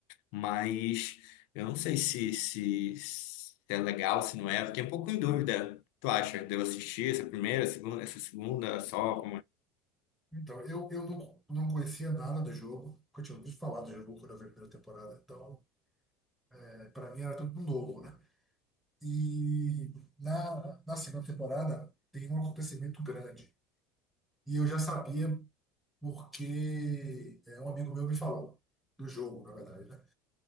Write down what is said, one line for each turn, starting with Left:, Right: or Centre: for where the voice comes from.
Left: mas eu não sei se, se, se é legal, se não é, eu fiquei um pouco em dúvida. Tu acha? Devo assistir essa primeira, essa segunda, essa segunda, só?
Centre: Então, eu, eu não, não conhecia nada do jogo, porque eu tinha ouvido falar do jogo quando eu vi a primeira temporada. Então, é, para mim era tudo novo, né? E na, na segunda temporada tem um acontecimento grande. E eu já sabia porque é, um amigo meu me falou do jogo, na verdade, né?